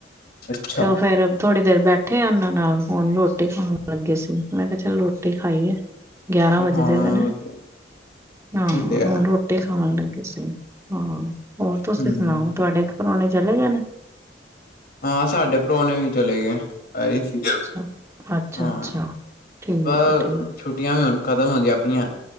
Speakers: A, on the left; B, on the right.
A: ਅੱਛਾ
B: ਤੇ ਉਹ ਫੇਰ ਥੋੜੀ ਦੇਰ ਬੈਠੇਆਂ ਉਹਨਾਂ ਨਾਲ। ਹੁਨ ਰੋਟੀ ਖਾਣ ਲੱਗੇ ਸੀ। ਮੈਂ ਕੇਹਾ ਚੱਲ ਰੋਟੀ ਖਾਈ ਏ। ਗਿਆਰਾਂ ਵੱਜਦੇ
A: ਹਾਂ
B: ਪਏ ਨੇਂ।
A: ਉਹ ਤੇ ਹੈ,
B: ਹਾਂ
A: ਉਹ ਤੇ ਹੈ
B: ਹੁਨ ਰੋ ਟੀ ਖਾਣ ਲੱਗੇ ਸੀ। ਹਾਂ ਹੋਰ ਤੁਸੀ
A: ਹਮ
B: ਸੁਣਾਓ। ਤੁਹਾਡੇ ਘਰਵਾਲੇ ਚਲੇ ਗਏ ਨੇਂ?
A: ਹਾਂ ਸਾਡੇ ਪ੍ਰੋਹਣੇ ਵੀ ਚਲੇ ਗਏ। ਆਏ ਸੀਗੇ,
B: ਅੱਛਾ, ਅੱਛਾ-ਅੱਛਾ
A: ਹਾਂ।
B: ਠੀਕ
A: ਪਰ
B: ਐ ਠੀਕ
A: ਛੁੱਟੀਆਂ ਵੀ ਹੁਨ ਖਤਮ ਹੋਦੀਂਆ ਪਈਆਂ।